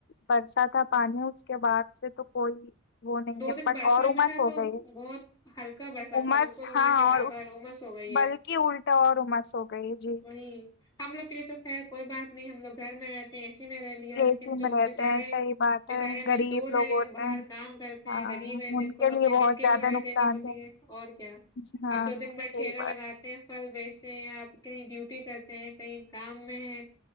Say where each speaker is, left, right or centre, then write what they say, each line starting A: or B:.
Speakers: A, on the left (about 55°); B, on the left (about 15°).
A: برسہ تھا پانی اس کے بعد سے تو کوئی وہ نہیں
B: دو
A: ہے
B: دن
A: بٹ
B: برسا
A: اور عمر
B: بھی تھا
A: سو
B: تو
A: گئی ہے
B: بہت ہلکا برسا
A: عمس
B: تھا بالکل نہ
A: ہاں
B: کے برابر
A: اور اس
B: امس ہو گئی ہے
A: بلکہ الٹا اور عمر ہو گئی جی
B: جی ہم لوگ کے لیے تو خیر کوئی بات نہیں ہم لوگ گھر میں رہتے ا ے سی میں رہ لیا
A: اے
B: لیکن
A: سی
B: جو
A: میں رہتے
B: بچارے
A: ہیں صحیح بات
B: بچارے
A: ہے غریب
B: مزدور
A: لوگ
B: ہیں
A: ہوتے
B: باہر کام کرتے ہیں
A: ہاں
B: غریب ہے جن
A: ان
B: کو
A: کے
B: تو اپنے
A: لیے بہت
B: دن کی
A: زیادہ
B: دہاڑی
A: نقصان
B: دینی ہوتی ہے اور کیا
A: دہ ہاں
B: اب دو دن میں
A: صحیح
B: ٹھیلا
A: بات
B: لگاتا ہیں پھل بیچتے ہیں یا آپ کہیں ڈیوٹی کرتے ہیں کہیں کام میں ہے